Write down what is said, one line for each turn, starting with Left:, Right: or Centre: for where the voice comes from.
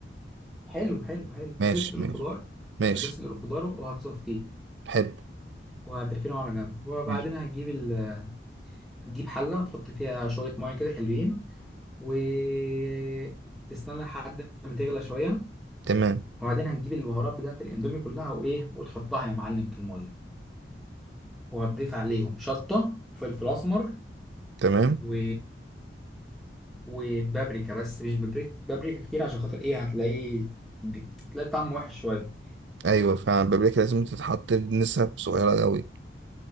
Centre: حلو حلو حلو
Right: ماشي
Centre: هتسلق الخضار
Right: ماشي ماشي
Centre: هتسلق الخضار وهتصفيه
Right: حلو
Centre: وهتركنه على جنب وبعدين
Right: ماشي
Centre: هتجيب ال... هتجيب حله تحط فيها شويه ميه كده حلوين وتستنى لحد ما تغلى شويه
Right: تمام
Centre: وبعدين هتجيب البهارات بتاعت الاندومي كلها وايه وتحطها يا معلم في الميه وهتضيف عليهم شطه وفلفل اسمر
Right: تمام
Centre: و... وبابريكا بس مش بابريكا بابريكا كتير عشان خاطر ايه هتلاقيه بتلاقي طعم وحش شويه
Right: ايوه فعلا بابريكا لازم تتحط بنسب صغيره قوي